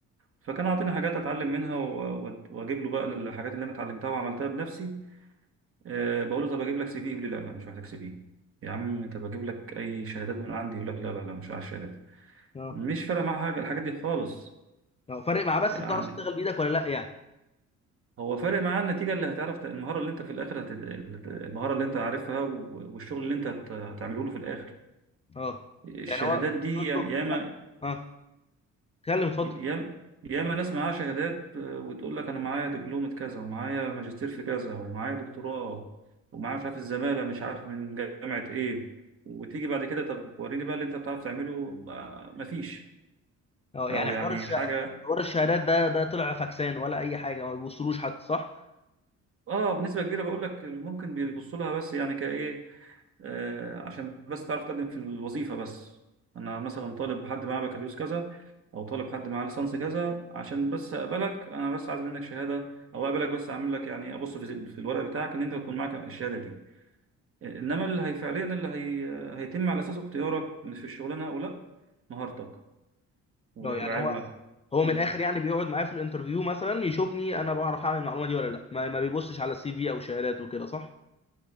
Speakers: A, on the right; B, on the left.
A: فكان عاطيني حاجات اتعلم منها و- و- واجيب له بقى الحاجات اللي انا اتعلمتها وعملتها بنفسي أه بقول له طب اجيب لك سي في يقول لي لا لا مش محتاج سي في يا عم طب اجيب لك اي شهادات من عندي يقول لك لا لا لا مش عايز شهادات
B: اه
A: مش فارق معاه حاجه الحاجات دي خالص
B: اه فارق معاه بس
A: يعني
B: بتعرف تشتغل بايدك ولا لا يعني
A: هو فارق معاه النتيجه اللي هتعرف ت- المهاره اللي انت في الاخر هت... المهاره اللي انت عارفها و- والشغل اللي انت هت- هتعمله له في الاخر
B: اه
A: الشهادات
B: يعني هو بيطلب
A: دي يا- ياما
B: منك اه اتكلم اتفضل
A: ياما ياما ناس معاها شهادات آه، وتقول لك انا معايا دبلومة كذا ومعايا ماجستير في كذا ومعايا دكتوراه ومعايا مش عارف الزمالة مش عارف من جامعة ايه وتيجي بعد كده طب وريني بقى اللي انت بتعرف تعمله ما- مفيش
B: اه يعني
A: او يعني
B: حوار الش...
A: حاجة
B: حوار الشهادات ده ده طلع فاكسان ولا اي حاجه ما بيوصلوش حتى صح؟
A: اه بنسبة كبيرة بقول لك ممكن بيبصوا لها بس يعني كايه آه، عشان بس تعرف تقدم في الوظيفة بس أنا مثلا طالب حد معاه بكالوريوس كذا أو طالب حد معاه ليسانس كذا عشان بس أقبلك أنا بس عايز منك شهادة أو أقبلك بس أعمل لك يعني أبص في في الورق بتاعك إن أنت تكون معاك الشهادة دي آه، إنما اللي هي فعليا اللي هي آه، هيتم على أساسه اختيارك في الشغلانة أو لأ مهارتك و-
B: لا يعني
A: وعلمك
B: هو هو
A: مم.
B: من الاخر يعني بيقعد معايا في الانترفيو مثلا يشوفني انا بعرف اعمل المعلومه دي ولا لا ما, ما بيبصش على السي في او شهادات وكده صح